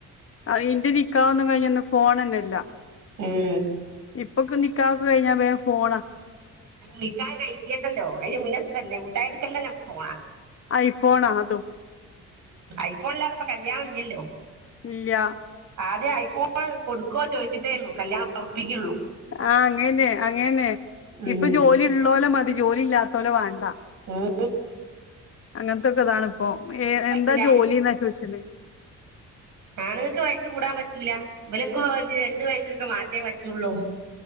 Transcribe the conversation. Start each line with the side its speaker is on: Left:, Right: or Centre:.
Left: അ ഇന്റെ നിക്കാഹ് ഒന്നും കഴിഞ്ഞ ഒന്ന് ഫോൺ തന്നെല്ല
Right: ഉം
Left: ഇപ്പൊക്ക നിക്കാഹ് കഴിഞ്ഞ വേഗം ഫോണ്
Right: നിക്കാഹ്‌ കഴിക്കേണ്ടല്ലോ അതി മുന്നത്ത് തന്നെ മുട്ടായി എടുക്കല്ല നമ്മക്ക് ഫോൺ ആ
Left: ഐഫോൺ അതും
Right: ഐഫോൺ ഇല്ലാതെ ഇപ്പൊ കല്യാണം ഇല്ലല്ലോ
Left: ഇല്ല
Right: ആദ്യം ഐഫോൺ കൊടുക്കുവോ ചോദിച്ചിട്ടേ ഉള്ളൂ കല്യാണം ഉറപ്പിക്കുകയുള്ളൂ
Left: ആ അങ്ങന്നെ അങ്ങന്നെ
Right: ഉം
Left: ഇപ്പൊ ജോലി ഉള്ളോലോ മതി ജോലി ഇല്ലാത്തോലോ വേണ്ട
Right: ഉ <inaudible>
Left: അങ്ങനത്തെൊക്കെ ഇതാണ് ഇപ്പൊ ഏ
Right: പറ്റൂല
Left: എന്താ ജോലി എന്നാ ചോദിച്ചന്
Right: ആണുങ്ങൾക്ക് വയസ് കൂടാൻ പറ്റൂല ഇവലൊക്ക രണ്ട വയസിലൊക്കെ മാറ്റേ പറ്റുള്ളൂ